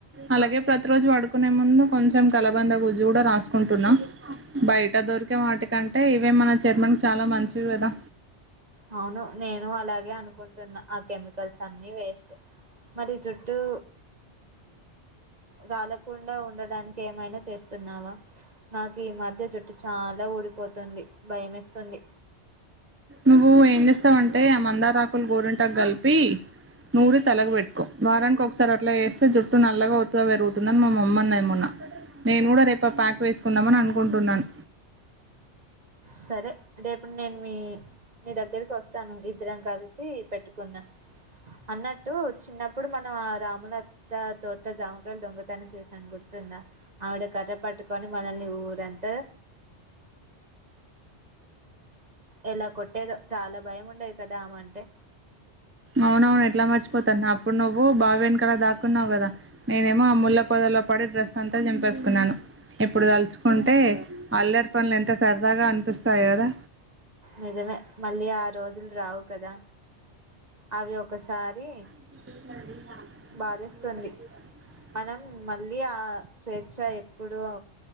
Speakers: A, on the right (about 15°); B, on the right (about 35°).
A: అలాగే ప్రతి రోజు వడుకొ నే ముందు కొంచెం కలబంద గుజ్జు కూడా రాసుకుంటున్నా బయట దొరికే వాటికంటే ఇవే మన చర్మం చాలా మంచివి కదా
B: అవును నేను అలాగే అనుకుంటున్న ఆ కెమికల్స్ అన్నీవే స్ట్ మరి జుట్టు రాలకుండా ఉండడానికి ఏమైనా చేస్తున్నావా నాకు ఈ మధ్య జుట్టు చాలా ఊడిపోతుంది. భయమేస్తుంది.
A: నువ్వు ఏం చేస్తావంటే ఆ మందారాకులు గోరింట కలిపి నూరి తలకు పెట్టుకో వారానికి ఒకసారి అట్లా వేస్తే జుట్టు నల్లగా ఒత్తుగా పెరుగుతుందని మా మమ్మీ అన్నది మొన్న నేను కూడా రేపు ప్యాక్ వేసుకుందామని అనుకుంటున్నాను.
B: సరే రేపు నేను మీ మీ దగ్గరికి వస్తాను ఇద్దరం కలిసి పెట్టుకుందా అన్నట్టు చిన్నప్పుడు మనం ఆ రాములత్త తోట జామకాయలు దొంగతనం చేశాను గుర్తుందా ఆవిడ కర్ర పట్టుకొని మనల్ని ఊరంతా ఎలా కొట్టేదో చాలా భయం ఉండేది కదా ఆమె అంటే
A: అవునవును ఎట్లా మర్చిపోతాను అప్పుడు నువ్వు బావి వెనకల దాక్కున్నావు కదా నేనేమో ఆ ముళ్ల పొదల్లో పడి డ్రెస్ అంతా చింపేసుకున్నాను ఎప్పుడు తలుచుకుంటే అల్లర్ పనులు ఎంత సరదాగా అనిపిస్తాయి కదా
B: నిజమే మళ్ళీ ఆ రోజులు రావు కదా అవి ఒకసారి
A: <inaudible>
B: బాధేస్తుంది మనం మళ్ళీ ఆ స్వేచ్ఛ ఎప్పుడు